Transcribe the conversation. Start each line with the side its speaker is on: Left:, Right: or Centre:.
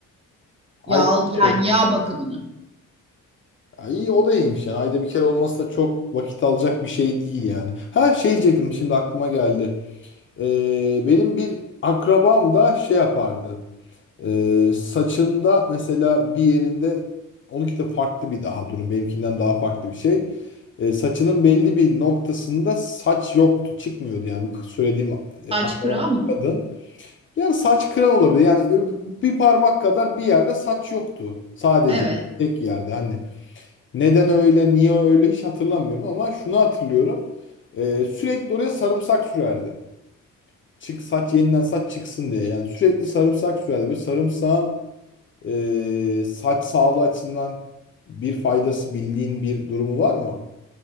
Left: ayda
Right: Yağ
Left: bir
Right: yani
Left: kere. mi?
Right: yağ bakımını.
Left: Ha, İyi o da iyiymiş yani. Ayda bir kere olması da çok vakit alacak bir şey değil yani. Ha şey diyecektim şimdi aklıma geldi. Ee, benim bir akrabam da şey yapardı. Ee, saçında mesela bir yerinde onunki de farklı bir daha durum. Benimkinden daha farklı bir şey. Ee, saçının belli bir noktasında saç yoktu. Çıkmıyordu yani bu söylediğim e,
Right: Saç
Left: akrabam
Right: kıran mı?
Left: kadın. Yani saç kıran olabilir. Yani böyle bir parmak kadar bir yerde saç yoktu. Sadece
Right: Evet.
Left: tek yerde. Hani neden öyle, niye öyle hiç hatırlamıyorum ama şunu hatırlıyorum. Ee, sürekli oraya sarımsak sürerdi. Çık saç yeniden saç çıksın diye. Yani sürekli sarımsak sürerdi. Böyle sarımsağın e, saç sağlığı açısından bir faydası bildiğin bir durumu var mı?